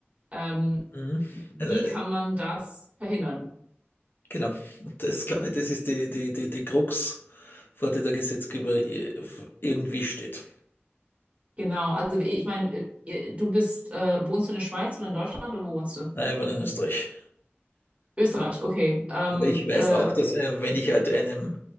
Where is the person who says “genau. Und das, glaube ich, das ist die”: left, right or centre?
Left